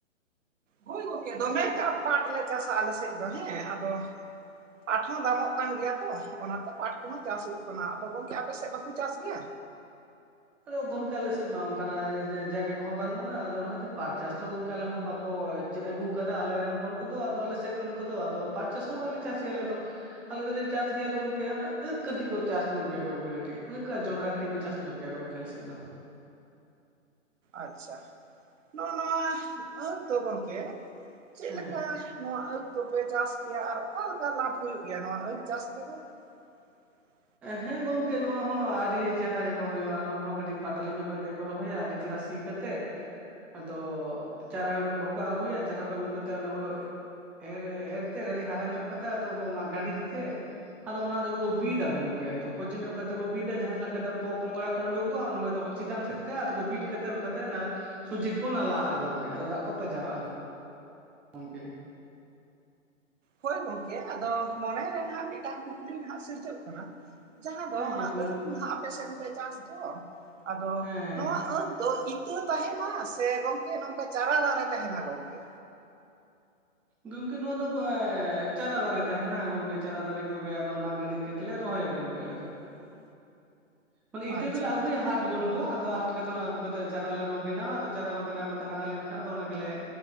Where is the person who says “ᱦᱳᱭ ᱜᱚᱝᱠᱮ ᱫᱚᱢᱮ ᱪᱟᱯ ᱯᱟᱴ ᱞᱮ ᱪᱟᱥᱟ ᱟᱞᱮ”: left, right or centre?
Right